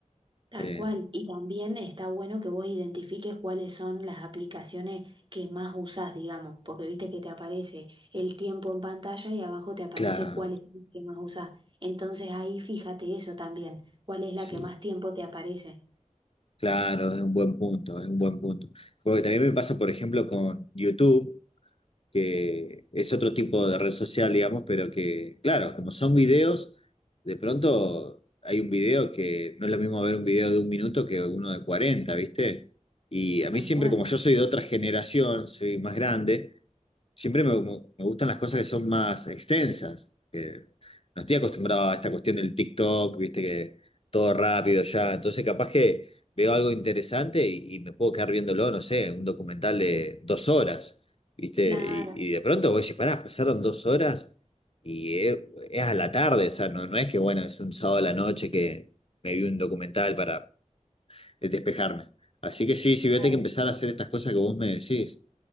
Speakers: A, on the right; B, on the left.
A: Tal
B: Eh,
A: cual. Y también está bueno que vos identifiques cuáles son las aplicaciones que más usás, digamos, porque viste que te aparece el tiempo en pantalla y abajo te aparece
B: claro,
A: cuál es la que más usás. Entonces ahí fíjate eso también, cuál es
B: sí.
A: la que más tiempo te aparece.
B: Claro, es un buen punto, es un buen punto. Porque también me pasa, por ejemplo, con YouTube, que es otro tipo de red social, digamos, pero que, claro, como son videos, de pronto hay un video que no es lo mismo ver un video de un minuto que uno de 40, ¿viste? Y a
A: Tal
B: mí siempre,
A: cual.
B: como yo soy de otra generación, soy más grande, siempre me, me- me gustan las cosas que son más extensas. que no estoy acostumbrado a esta cuestión del TikTok, viste que todo rápido ya. Entonces, capaz que veo algo interesante y, y me puedo quedar viéndolo, no sé, un documental de dos horas, viste.
A: Claro,
B: Y, y de pronto voy a decir, pará, pasaron dos horas y es, es a la tarde, o sea, no, no es que, bueno, es un sábado a la noche que me vi un documental para despejarme. Así que sí, sí, voy
A: claro.
B: a tener que empezar a hacer estas cosas que vos me decís.